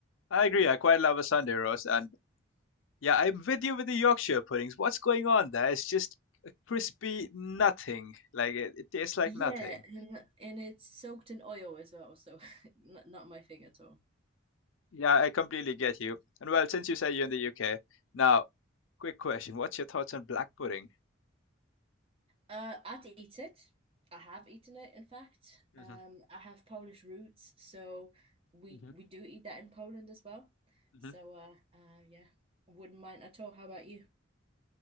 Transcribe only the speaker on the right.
Yeah,
and and it's soaked in oil as well, so <laughs> not, not my thing at all.
Uh, I'd eat it. I have eaten it, in fact.
Um, I have Polish roots, so we
we do eat that in Poland as well.
So uh, uh, yeah, wouldn't mind at all. How about you?